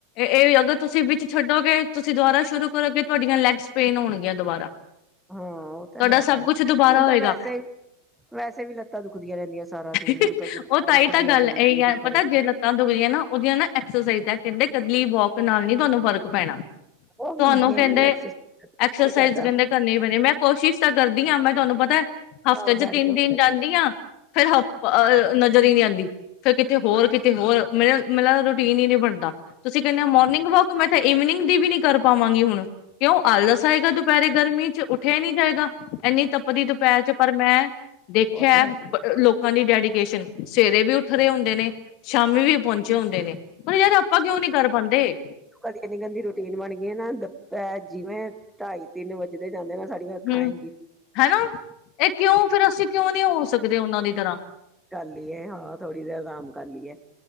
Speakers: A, on the left; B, in the centre.
A: ਇਹ ਅਗਰ ਤੁਸੀਂ ਵਿੱਚ ਛੱਡੋਗੇ ਤੁਸੀਂ ਦੁਬਾਰਾ ਸ਼ੁਰੂ ਕਰੋਗੇ ਤੁਹਾਡੀਆਂ ਲੈਗਸ ਪੇਨ ਹੋਣਗੀਆਂ ਦੁਬਾਰਾ।
B: ਹਾਂ ਉਹ ਤਾਂ
A: ਤੁਹਾਡਾ
B: ਹੈ।
A: ਸਭ ਕੁਛ ਦੁਬਾਰਾ
B: ਹੁਣ ਤਾਂ
A: ਹੋਏਗਾ
B: ਵੈਸੇ ਵੈਸੇ ਵੀ ਲੱਤਾਂ ਦੁਖਦੀਆਂ ਰਹਿੰਦੀਆਂ ਸਾਰਾ ਦਿਨ
A: ਉਹ
B: ਕਦੀ ਲੱਤਾਂ
A: ਤਾਂਹੀ
B: ਦੁਖਦੀਆਂ
A: ਤਾਂ ਗੱਲ
B: ਕਦੀ
A: ਇਹੀ
B: ਕੀ
A: ਹੈ
B: ਦੁੱਖ
A: ਪਤਾ
B: ਰਿਹਾ
A: ਜੇ ਲੱਤਾਂ ਦੁਗਦੀਆਂ ਨਾ ਉਹਦੀਆਂ ਨਾ ਐਕਸਰਸਾਈਜ਼ ਹੈ ਕਹਿੰਦੇ ਕਲੀ ਵੋਕ ਨਾਲ ਨੀ ਤੁਹਾਨੂੰ ਫਰਕ ਪੈਣਾ।
B: ਉਹ
A: ਤੁਹਾਨੂੰ
B: ਹੁੰਦੀਆਂ
A: ਕਹਿੰਦੇ
B: ਹੀ ਨੀ ਐਕਸਰਸਾਈਜ਼
A: ਐਕਸਰਸਾਈਜ਼
B: ਨੀ ਕਰਦਾ
A: ਕਹਿੰਦੇ ਕਰਨੀ ਪੈਣੀ। ਮੈਂ ਕੋਸ਼ਿਸ਼ ਤਾਂ ਕਰਦੀ ਹਾਂ ਮੈਂ ਤੁਹਾਨੂੰ ਪਤਾ, ਹਫ਼ਤੇ
B: ਘਰ
A: ਚ
B: ਬੈਠ
A: ਤਿੰਨ
B: ਕੇ ਹੁੰਦਾ
A: ਦਿਨ
B: ਹੀ
A: ਜਾਂਦੀ ਹਾਂ। ਫੇਿਰ ਹ ਅਹ ਜ ਨੀ ਆਉਂਦੀ ਫਿਰ ਕਿਤੇ ਹੋਰ ਕਿਤੇ ਹੋਰ ਮ ਮਤਲਬ ਰੂਟੀਨ ਹੀ ਨਹੀ ਬਣਦਾ। ਤੁਸੀਂ ਕਹਿੰਦੇ ਮਰਿੰਗ
B: ਨੀ
A: ਵਾਕ ਮੈਤੇ ਈਵਨਿੰਗ ਦੀ ਵੀ ਨੀ ਕਰ ਪਾਵਾਂਗੀ ਹੁਣ। ਕਿਉਂ ਆਲਸ ਆਏਗਾ ਦੁਪਹਿਰੇ ਗਰਮੀ ਚ ਉੱਠ ਉੱਠਿਆ ਨਹੀਂ ਜਾਏਗਾ ਇੰਨੀ ਤਪਦੀ ਦੁਪਹਿਰ ਚ ਪਰ ਮੈਂ ਦੇਖਿਆ
B: ਉਹ ਤਾਂ ਹੈ ਨੀ,
A: ਲੋਕਾਂ ਦੀ ਡੈਡੀਕੇਸ਼ਨ। ਸਵੇਰੇ ਵੀ ਉੱਠਦੇ ਹੁੰਦੇ ਨੇ ਸ਼ਾਮੀ ਵੀ ਪਹੁੰਚੇ
B: <inaudible>
A: ਹੁੰਦੇ ਨੇ ਪਰ ਯਾਰ ਆਪਾਂ ਕਿਉਂ ਨੀ ਕਰ ਪਾਉਂਦੇ
B: ਦੀ ਇੰਨੀ ਗੰਦੀ ਰੂਟੀਨ ਬਣ ਗਈ ਆ ਨਾ ਤਾਂ ਜਿਵੇਂ ਢਾਈ ਤਿੰਨ ਵਜੇਦੇ ਜਾਂਦੇ ਮ ਸਾਡੀਆਂ ਅੱਖਾਂ
A: ਹਮ
B: ਐਜੀ
A: ਹਨਾ ਇਹ ਕਿਉਂ ਫਿਰ ਅਸੀਂ ਕਿਉਂ ਨਹੀਂ ਹੋ ਸਕਦੇ ਉਹਨਾਂ ਦੀ ਤਰ੍ਹਾਂ
B: ਕਰ ਲਈਏ ਹਾਂ ਥੋੜ੍ਹੀ ਦੇਰ ਆਰਾਮ ਕਰ ਲਈਏ।